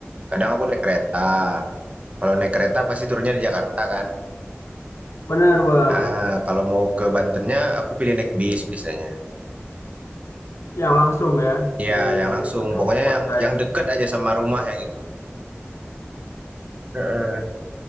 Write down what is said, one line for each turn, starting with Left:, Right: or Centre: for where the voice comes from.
Right: Kadang aku naik kereta. Kalau naik kereta pasti turunnya di Jakarta kan.
Left: benar bang.
Right: Ah, kalau mau ke Bantennya aku pilih naik bis biasanya.
Left: Yang langsung ya
Right: Iya,
Left: di
Right: yang langsung.
Left: kedap
Right: Pokoknya
Left: kota
Right: yang yang
Left: ya.
Right: deket aja sama rumah ya gitu. Heeh.